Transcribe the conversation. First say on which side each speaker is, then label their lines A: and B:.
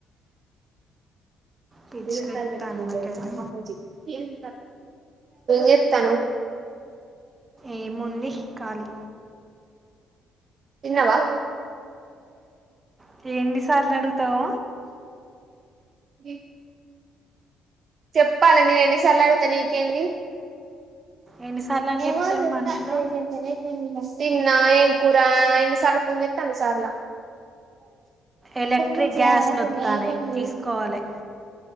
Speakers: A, on the right; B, on the right.
A: పిచ్చలేస్తాను
B: ఇరుంతానా
A: నాకైతే
B: మాకుచి ఏం చెత్తన్నావ్
A: ఏముండి ఖాలి
B: తిన్నవా
A: తి ఎన్ని సార్లడుగుతావ్
B: ఇ చెప్పాలె నేను ఎన్నిసార్లు అడుగుతే నీకేంది
A: ఎన్నిసార్లు అని
B: ఏమనుస్తా
A: చెప్తారు మనుషులు
B: తెదర తిన్నా ఏం కూరా ఎన్ని సార్ల ఫోన్ చెత్తా అన్ని సార్లా
A: ఎలక్ట్రిక్
B: ఇంచిసక
A: గ్యాస్లు వస్తాయి తీసుకోవాలి